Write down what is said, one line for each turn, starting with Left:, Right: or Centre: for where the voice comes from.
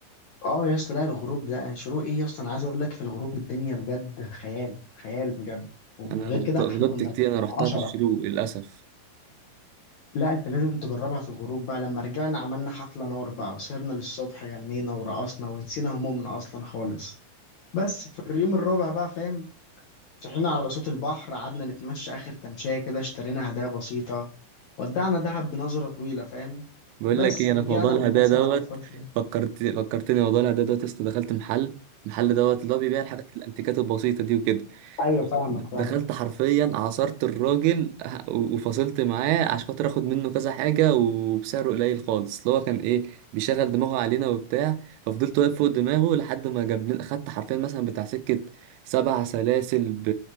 Left: اه يا اسطى لا الغروب ده شروق ايه يا اسطى انا عايز اقول لك في الغروب الدنيا بجد خيال خيال بجد وغير
Right: انا غلط-
Left: كده
Right: غلطت
Left: احنا كنا
Right: كتير انا رحتها
Left: عشرة
Right: في الشروق للاسف
Left: لا انت لازم تجربها في الغروب بقى لما رجعنا عملنا حفلة نار بقى سهرنا للصبح غنينا ورقصنا ونسينا همومنا اصلا خالص بس في اليوم الرابع بقى فاهم صحينا على صوت البحر قعدنا نتمشى اخر تمشية كده اشترينا هدايا بسيطة ودعنا دهب بنظرة طويلة فاهم
Right: بقول
Left: بس
Right: لك ايه
Left: رجعنا
Right: انا في موضوع الهدايا
Left: والبسمة
Right: دوت
Left: على وشنا
Right: فكرت فكرتني موضوع الهدايا دوت يا اسطى دخلت محل المحل دوت اللي هو بيبيع الحاجات الانتيكات البسيطه دي وكده
Left: ايوه فاهمك
Right: دخلت
Left: فاهمك
Right: حرفيا عصرت الراجل ه- وفصلت معاه عشان خاطر اخد منه كذا حاجه وبسعره قليل خالص اللي هو كان ايه بيشغل دماغه علينا وبتاع ففضلت واقف فوق دماغه لحد ما جاب لنا خدت حرفيا مثلا بتاع سكه سبع سلاسل ب...